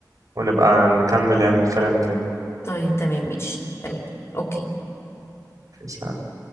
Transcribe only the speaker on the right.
ونبقى نكمل يعني الكلام تاني
سلام.